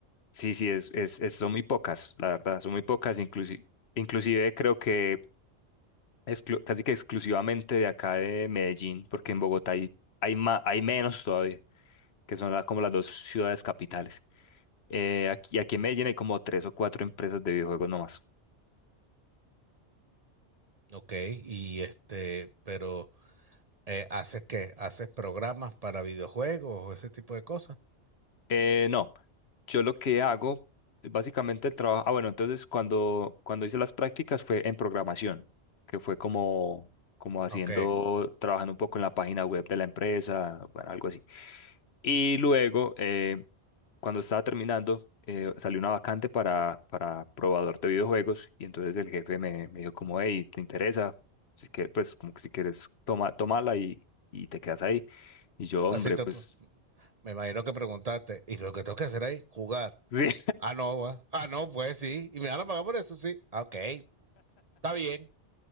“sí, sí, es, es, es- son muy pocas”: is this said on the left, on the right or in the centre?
Left